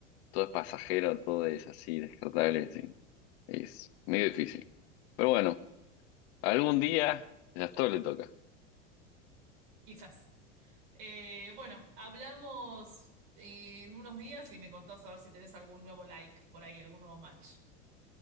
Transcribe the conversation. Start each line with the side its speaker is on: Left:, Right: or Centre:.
Left: todo es pasajero, todo es así, descartable, sí, es medio difícil. Pero bueno, algún día ya todo le toca.
Right: quizás. Eh, bueno, hablamos eh, en unos días y me contás a ver si tenés algún nuevo like por ahí, algún nuevo match.